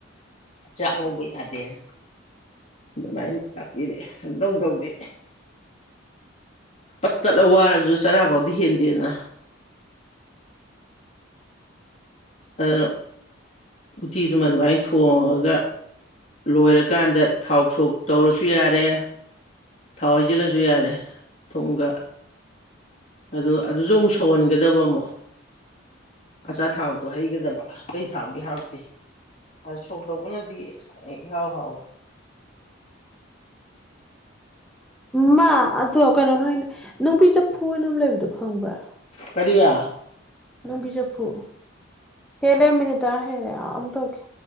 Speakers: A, on the left (about 30°); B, in the centre.
A: ꯆꯥꯛ ꯉꯧꯕ ꯌꯥꯗꯦꯅ ꯑꯗꯨꯃꯥꯏꯅ ꯇꯥꯛꯄꯤꯔꯛꯑꯦ ꯁꯨꯝꯗꯧꯗꯧꯗꯦ ꯑ ꯄꯠ ꯇꯠꯂ ꯋꯥꯔꯁꯨ ꯆꯔꯥꯐꯥꯎ ꯗꯤ ꯍꯦꯟꯗꯦꯅ ꯑꯗꯨꯅ ꯎꯇꯤꯗꯨꯃ ꯑꯗꯨꯃꯥꯏꯅ ꯊꯣꯡꯉꯥꯒ ꯂꯣꯏꯔꯀꯥꯟꯗ ꯊꯥꯎ ꯁꯣꯛ ꯇꯧꯔꯁꯨ ꯌꯥꯔꯦ ꯊꯥꯎ ꯍꯥꯏꯁꯤꯜꯂꯁꯨ ꯌꯥꯔꯦ꯫ ꯊꯨꯝꯒ ꯑꯗꯨ ꯑꯗꯨꯁꯨ ꯑꯃꯨꯛ ꯁꯧꯍꯟꯒꯗꯕ ꯑꯃꯨꯛ ꯑꯆꯥꯊꯥꯎꯗ ꯍꯩꯒꯗꯕ ꯑꯇꯩ ꯊꯥꯎꯗꯤ ꯍꯥꯎꯇꯦ ꯑꯗꯨ ꯁꯣꯛ ꯇꯧꯕꯅꯗꯤ ꯑꯩ ꯏꯅ ꯏꯍꯥꯎ ꯍꯥꯎꯋꯦ꯫
B: ꯃꯥ ꯑꯗꫭ ꯀꯩꯅꯣꯝ ꯍꯥꯏꯅꯦ ꯅꯨꯡꯕꯤ ꯆꯐꯨ ꯍꯥꯏꯅ ꯑꯃ ꯂꯩꯕꯗꯣ ꯈꯪꯡꯕ꯭ꯔꯥ꯫
A: ꯀꯔꯤꯌ꯫
B: ꯅꯨꯡꯕꯤ ꯆꯐꯨ ꯍꯦꯂꯦ ꯃꯤꯅꯤꯠ ꯇꯔꯥ ꯍꯦꯜꯂꯦ ꯑꯃꯨꯛ ꯇꯧꯔꯛꯀꯦ꯫